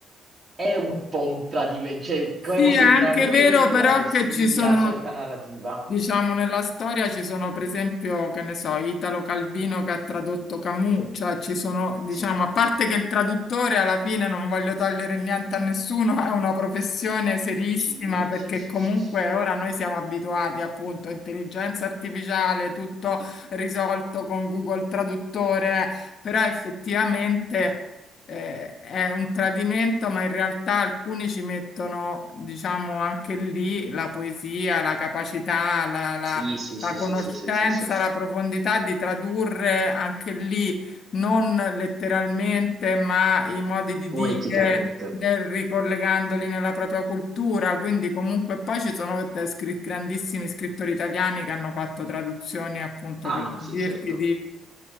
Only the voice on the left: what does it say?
sì,
è anche
vero
però
che ci sono,
Diciamo, nella storia ci sono, per esempio, che ne so, Italo Calvino che ha tradotto Camus, cioè ci sono, diciamo,
a parte che il traduttore alla fine non voglio togliere niente a nessuno, è una professione serissima
perché
comunque
ora noi siamo abituati appunto a intelligenza artificiale, tutto risolto con Google Traduttore, però effettivamente eh, è un tradimento, ma in realtà alcuni ci mettono, diciamo, anche lì la poesia, la capacità, la, la-
la conoscenza,
la profondità di tradurre anche lì non letteralmente, ma i modi di
dire. nel- ricollegandoli nella propria cultura, quindi comunque poi ci sono te- scri- grandissimi scrittori italiani che hanno fatto traduzioni appunto
per
dirti